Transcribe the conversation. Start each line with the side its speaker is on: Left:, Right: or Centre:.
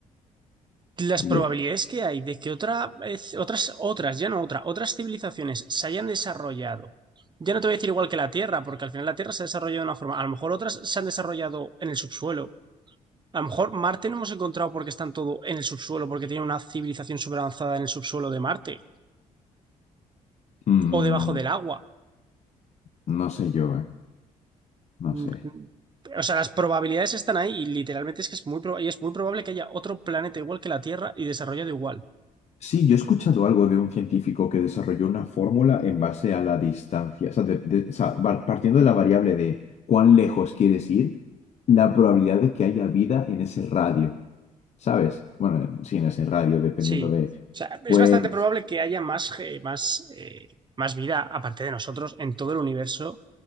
Right: Las
Left: Ya.
Right: probabilidades que hay de que otra, vez- otras, otras, ya no otra, otras civilizaciones se hayan desarrollado ya no te voy a decir igual que la Tierra, porque al final la Tierra se ha desarrollado de una forma. A lo mejor otras se han desarrollado en el subsuelo A lo mejor Marte no hemos encontrado porque están todo en el subsuelo, porque tiene una civilización súper avanzada en el subsuelo de Marte
Left: Mm,
Right: o debajo del agua.
Left: no sé yo, ¿eh?
Right: Mm,
Left: No sé.
Right: mm, O sea, las probabilidades están ahí y literalmente es que es muy, proba- y es muy probable que haya otro planeta igual que la Tierra y desarrollado igual.
Left: Sí, yo he escuchado algo de un científico que desarrolló una fórmula en base a la distancia. O sea, de- de- o sea, va- partiendo de la variable de cuán lejos quieres ir, la probabilidad de que haya vida en ese radio. ¿Sabes? Bueno, en- sí, en ese radio, dependiendo
Right: Sí.
Left: de...
Right: O sea, es
Left: Pues
Right: bastante probable que haya más, ge- más, eh, más vida aparte de nosotros en todo el universo,